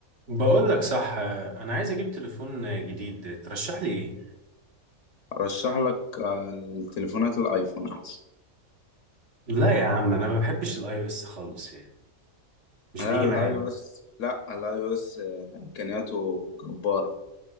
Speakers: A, on the right (about 60°); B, on the left (about 70°).
A: بقول لك صح انا عايز اجيب تليفون جديد ترشح لي ايه
B: ارشح لك آه، التليفونات الايفون احسن
A: لا يا عم انا ما بحبش الاي او اس خالص يعني مش
B: لا
A: بيجي
B: الاي
A: معايا
B: او اس لا الاي او اس آه، امكانياته جبارة